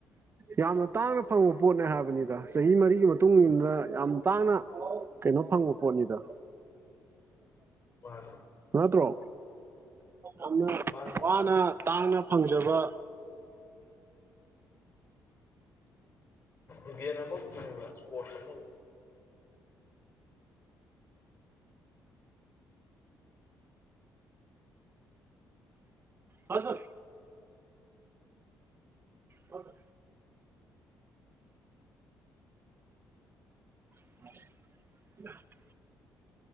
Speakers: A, on the right (about 35°); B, on the left (about 45°).
A: ꯌꯥꯝꯅ ꯇꯥꯡꯅ ꯐꯪꯕ ꯄꯣꯠꯅꯦ ꯍꯥꯏꯕꯅꯤꯗ ꯆꯍꯤ ꯃꯔꯤꯒꯤ ꯃꯇꯨꯡ ꯏꯗ ꯌꯥꯝ ꯇꯥꯡꯅ ꯀꯩꯅꯣ ꯐꯪꯕ ꯄꯣꯠꯅꯤꯗ
B: ꯃꯥꯅꯦ
A: ꯅꯠꯇ꯭ꯔꯣ ꯌꯥꯝꯅ
B: ꯃꯥꯅꯦ
A: ꯋꯥꯅ ꯇꯥꯡꯅ ꯐꯪꯖꯕ
B: ꯏꯚꯦꯟ ꯑꯃꯒꯨꯝꯕꯅꯦꯕ ꯁꯄꯣꯔꯁ ꯑꯃꯒꯨꯝ
A: ꯍꯥ ꯁꯔ ꯍꯥ ꯁꯔ <unintelligible>